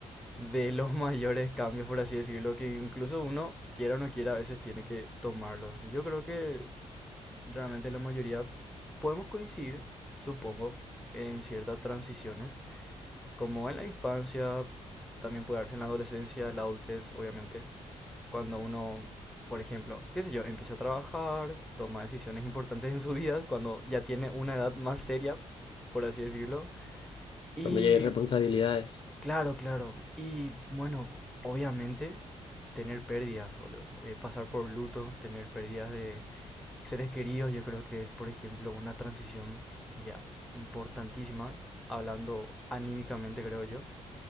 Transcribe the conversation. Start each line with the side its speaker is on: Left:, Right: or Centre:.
Centre: de los <laughs> mayores cambios, por así decirlo, que incluso uno, quiera o no quiera, a veces tiene que tomarlos. Yo creo que realmente la mayoría podemos coincidir, supongo, en ciertas transiciones, como en la infancia, también puede darse en la adolescencia, la adultez, obviamente, cuando uno, por ejemplo, qué sé yo, empieza a trabajar, toma decisiones importantes en su vida, cuando ya tiene una edad más seria, por así decirlo, y
Left: cuando ya hay responsabilidades.
Centre: Claro, claro. Y bueno, obviamente tener pérdidas, boludo. Eh, pasar por luto, tener pérdidas de seres queridos, yo creo que es, por ejemplo, una transición ya importantísima, hablando anímicamente, creo yo.